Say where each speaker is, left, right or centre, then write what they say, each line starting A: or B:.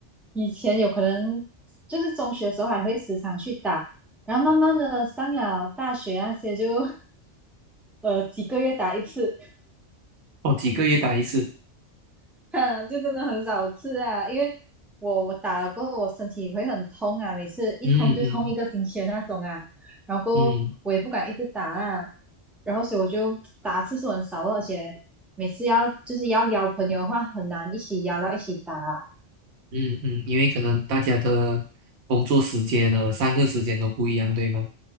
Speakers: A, in the centre; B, on the right (about 65°).
A: 以前有可能就是中学的时候还会时常去打，然后慢慢的上了大学那些就 <laughs> 呃几个月打一次。
B: 哦，几个月打一次。
A: <laughs> 哼，就真的很少吃啊，因为我我打了过后，我身体会很痛啊，每次一痛就痛一个星期的那种啊，
B: 嗯嗯
A: 然后过后我也不敢一直打啊，
B: 嗯
A: 然后所以我就打次数很少了，而且每次要就是要邀朋友的话，很难一起邀到一起打啊，
B: 嗯嗯，因为可能大家的工作时间和上课时间都不一样，对吗？